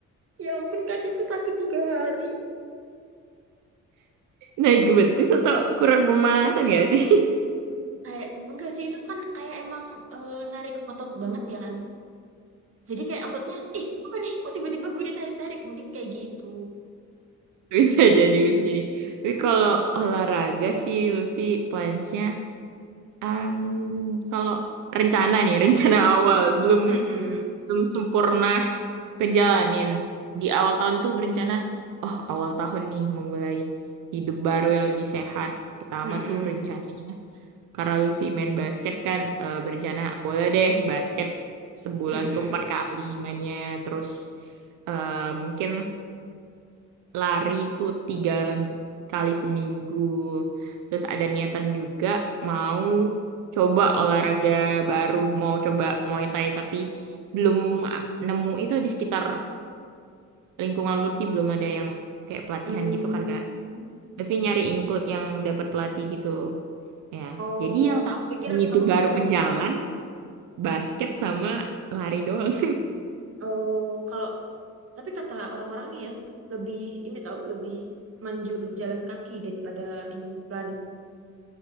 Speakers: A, on the right; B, on the right.
A: Ya ampun kakiku sakit tiga hari.
B: Naik betis atau kurang pemanasan nggak sih? <laughs>
A: Kayak enggak sih itu kan kayak emang eh, narik otot banget ya kan. Jadi kayak ototnya, ih apa nih? Kok tiba-tiba gue ditarik-tarik? Mungkin kayak gitu.
B: Bisa jadi, bisa jadi. Tapi
A: Hmm.
B: kalau olahraga sih, Lutfi plansnya, em, kalau rencana nih, rencana awal belum
A: Mm-mm.
B: belum sempurna kejalanin. Di awal tahun tuh berencana, oh awal tahun nih memulai hidup baru yang lebih sehat. Pertama
A: Mm-mm.
B: tuh rencananya, karena Lutfi main basket kan, eh, berencana boleh deh basket sebulan
A: Mm-mm.
B: tuh empat kali mainnya. Terus eh, mungkin lari itu tiga kali seminggu. Terus ada niatan juga mau coba olahraga baru, mau coba Muay Thai tapi belum a- nemu itu di sekitar lingkungan Lutfi belum ada yang kayak pelatihan
A: Hmm.
B: gitu kan Kak. Tapi nyari include yang dapat pelatih gitu. Ya,
A: Oh,
B: jadi yang tak
A: aku pikir
B: ini
A: kamu
B: tuh baru
A: mau
B: ke
A: gym.
B: jalan basket sama lari doang. <laughs>
A: Oh, kalau tapi kata orang-orang nih ya, lebih ini tahu lebih manjur jalan kaki daripada ini lari.